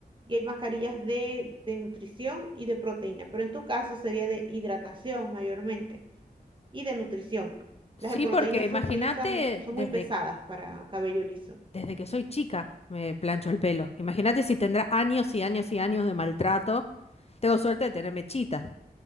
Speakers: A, on the right (about 30°); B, on the left (about 40°).
A: y hay mascarillas de, de nutrición y de proteína, pero en tu caso sería de hidratación mayormente y de nutrición.
B: sí,
A: Las de proteína
B: porque imagínate,
A: se utilizan, son
B: desde,
A: muy pesadas para cabello liso.
B: desde que soy chica me plancho el pelo. Imagínate si tendrá años y años y años de maltrato. Tengo suerte de tener mechitas.